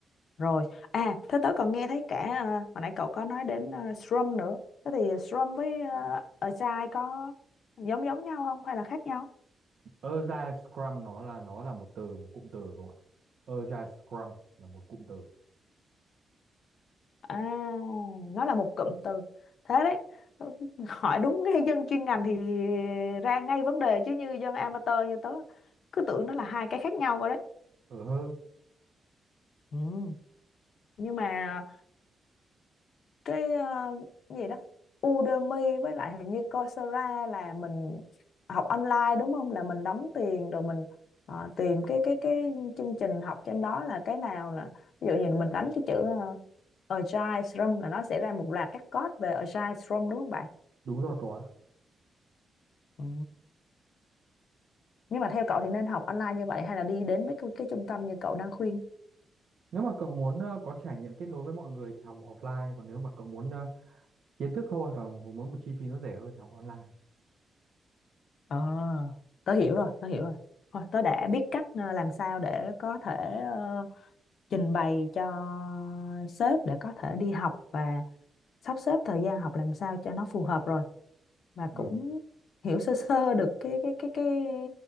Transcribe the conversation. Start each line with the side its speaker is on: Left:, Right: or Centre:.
Left: rồi à thế tớ còn nghe thấy cả ờ, hồi nãy cậu có nói đến ờ, Scrum nữa thế thì Scrum với uh, Agile có giống giống nhau không hay là khác nhau
Right: Agile Scrum nó là nó là một từ một cụm từ cậu ạ Agile Scrum là một cụm từ
Left: à nó là một cụm từ thế đấy hỏi đúng ngay dân chuyên ngành thì ra ngay vấn đề chứ như dân amateur như tớ cứ tưởng nó là hai cái khác nhau rồi đấy
Right: ờ hơ
Left: Ừ. Nhưng mà cái ờ, gì đó Udemy với lại hình như Coursera là mình học online đúng không là mình đóng tiền rồi mình ờ, tìm cái cái cái chương trình học trên đó là cái nào là ví dụ như mình đánh cái chữ uh, Agile Scrum là nó sẽ ra một loạt các code về Agile Scrum đúng không bạn
Right: đúng rồi cậu ạ
Left: Ừ. nhưng mà theo cậu thì nên học online như vậy hay là đi đến mấy cái, cái trung tâm như cậu đang khuyên
Right: nếu mà cậu muốn ờ, có trải nghiệm kết nối với mọi người thì học offline còn nếu mà cậu muốn ờ, kiến thức thôi và muốn một chi phí nó rẻ hơn thì học online
Left: À. tớ hiểu rồi tớ hiểu rồi thôi tớ đã biết cách ờ, làm sao để có thể ờ, trình bày cho sếp để có thể đi học và sắp xếp thời gian học làm sao cho nó phù hợp rồi và cũng
Right: ừ
Left: hiểu sơ sơ được cái cái cái cái